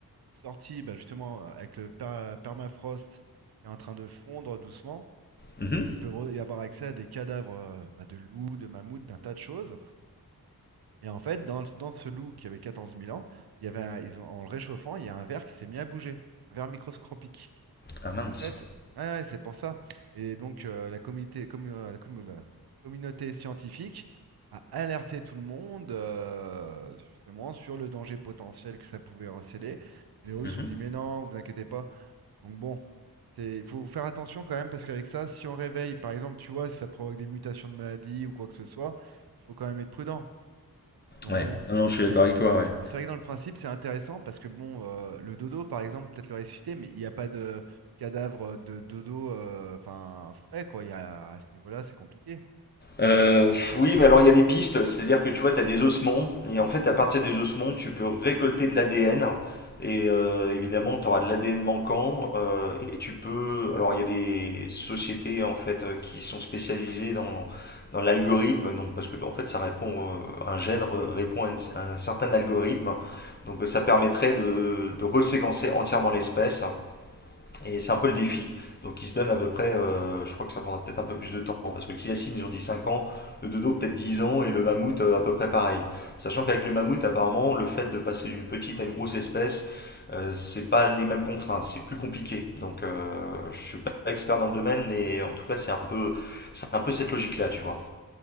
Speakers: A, on the right; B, on the left.
A: sorti bah, justement euh, avec le per- permafrost qui est en train de fondre doucement.
B: Mhm.
A: Ils peuvent y avoir accès à des cadavres euh, bah, de loups, de mammouths, d'un tas de choses. Et en fait, dans, le- dans ce loup qui avait quatorze mille ans, il y avait, un- ils ont- en le réchauffant, il y a un ver qui s'est mis à bouger, un ver microscopique.
B: Ah
A: Et
B: mince.
A: en fait, ouais, ouais, c'est pour ça. Et donc, euh, la communauté, commu- euh, la commu- la communauté scientifique a alerté tout le monde, euh, justement, sur le danger potentiel que ça pouvait recéler. Et les Russes
B: Mhm.
A: ont dit, mais non, vous inquiétez pas. Donc bon, c'est, il faut faire attention quand même, parce qu'avec ça, si on réveille, par exemple, tu vois, si ça provoque des mutations de maladies ou quoi que ce soit, il faut quand même être prudent. Donc
B: Ouais.
A: bon,
B: Non, non, je suis
A: mais
B: d'accord avec toi, ouais.
A: mais C'est vrai que dans le principe, c'est intéressant parce que bon, euh, le dodo, par exemple, peut-être le ressusciter, mais il n'y a pas de cadavre de dodo, euh, enfin frais quoi. Il y a, à ce niveau-là, c'est compliqué.
B: Euh, oui, mais alors il y a des pistes, c'est-à-dire que tu vois, tu as des ossements, et en fait, à partir des ossements, tu peux récolter de l'ADN, et euh, évidemment, tu auras de l'ADN manquant, euh, et tu peux. Alors, il y a des sociétés en fait euh, qui sont spécialisées dans, dans l'algorithme, donc parce que en fait, ça répond, euh, un gène re- répond à, une- à un certain algorithme, donc euh, ça permettrait de, de reséquencer entièrement l'espèce. Et c'est un peu le défi. Donc il se donne à peu près, euh, je crois que ça prendra peut-être un peu plus de temps, parce que le tilacine, ils ont dit 5 ans, le dodo peut-être 10 ans, et le mammouth euh, à peu près pareil. Sachant qu'avec le mammouth, apparemment, le fait de passer d'une petite à une grosse espèce, euh, c'est pas les mêmes contraintes, c'est plus compliqué. Donc euh, je suis pas expert dans le domaine, mais en tout cas c'est un peu, c'est un peu cette logique-là, tu vois.